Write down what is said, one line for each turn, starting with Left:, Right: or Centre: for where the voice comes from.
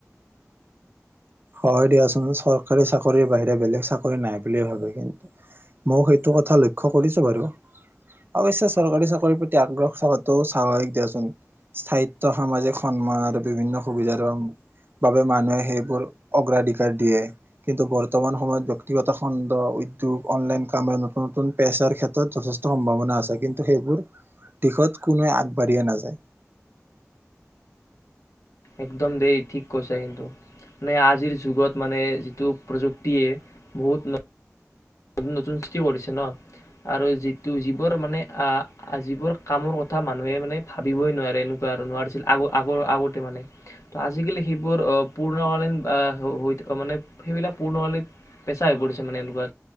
Right: হয় দিয়াচোন চৰকাৰী চাকৰিৰ বাহিৰে বেলেগ চাকৰি নাই বুল ভাবে কিন্তু মও সেইটো কথা লক্ষ্ কৰিছো বাৰু অবশ্যে চৰকাৰী চাকৰিৰ প্ৰতি আগ্ৰহ থকাটো স্বাভাৱিক দিয়াচোন স্থায়িত্ব সামাজিক সন্মান আৰু বিভিন্ন সুবিধাৰ বাবে মানুহে সেইবোৰ অগ্ৰাধিকাৰ দিয়ে কিন্তু বৰ্তমান সময়ত ব্যক্তিগত খণ্ড উদ্যোগ অনলাইন কামে নতুন নতুন পেচাৰ ক্ষেত্ৰত যথেষ্ট সম্ভাৱনা আছে কিন্তু সেইবোৰ দিশত কোনুৱে আগবাঢ়িয়েএ নাযায়
Left: একদম দেই ঠিক কৈছা কিন্তু মানে আজিৰ যুগত মানে যিটো প্ৰযুক্তিয়ে বহুত উন নতুন সৃষ্টি কৰিছে ন আৰু যিটো যিবোৰ মানে আ যিবোৰ কামৰ কথা মানুহে মানে ভাবিবই নোৱাৰে এনেকুৱা আৰু নোৱাৰিছিল আগ আগৰ আগতে মানে ত' আজিকালি সেইবোৰ পূৰ্ণকালীন আ হৈ থকা মানে সেইবিলাক পূৰ্ণকালীন পেছা হৈ পৰিছে মানে এনেকুৱা